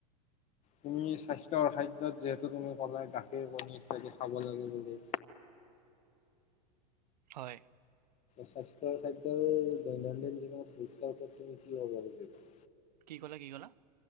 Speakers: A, on the left; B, on the right.
A: তুমি? স্বাস্থ্যৰ খাদ্যত যিহেতু তুমি কলায়ে। কাষে বন থাকে খাব লাগে বুলি।
B: হয়।
A: স্বাস্থৰ খাদ্যৰ দৈনন্দিন জীৱনত গুৰুতৰ ওপৰত তুমি কি হ'ব বুলিবা।
B: কি ক'লা, কি ক'লা?